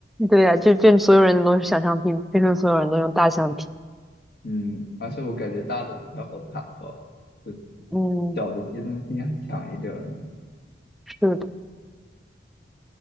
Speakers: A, in the centre; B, on the left.
A: 对呀、就变成所有人都是小橡皮，变成所有人都用大橡皮，
B: 嗯，而且我感觉大的不太好弹吧，就
A: 嗯，
B: 小的机动性还强一点儿呢。
A: 是的，